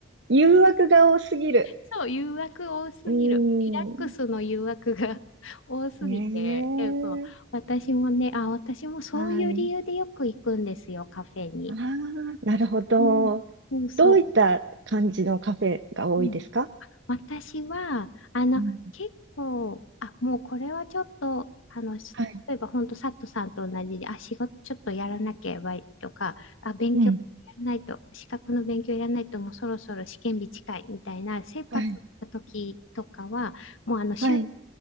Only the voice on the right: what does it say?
誘惑が多すぎる。
う
ん、
ねえ。
はい。
ああ、なるほど。
どういった感じのカフェが多いですか
うん
はい。
うん。
はい、
はい、